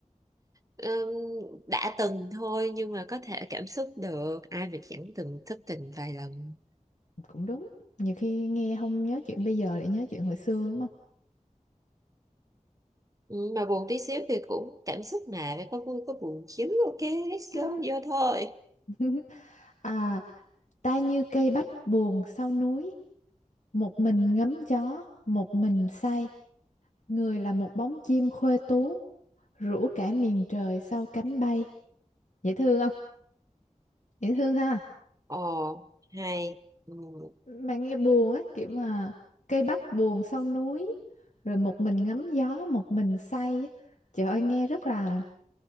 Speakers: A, on the right; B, on the left.
A: Ừm, đã từng thôi nhưng mà có thể cảm xúc được ai mà chẳng từng thất tình vài lần
B: Cũng đúng. Nhiều khi nghe không nhớ chuyện bây giờ lại nhớ chuyện hồi xưa đúng không?
A: Ừm, mà buồn tí xíu thì cũng cảm xúc mà phải có vui có buồn chứ ok let's
B: Ừ.
A: go vô thôi
B: <laughs> À, ta như cây bách buồn sau núi, một mình ngắm gió, một mình say. Người là một bóng chim khuê tú, rủ cả miền trời sau cánh bay. Dễ thương không? Dễ thương ha.
A: ồ hay Ừm,
B: Bạn nghe buồn á kiểu mà cây bách buồn sau núi, rồi một mình ngắm gió, một mình say. á. Trời ơi, nghe rất là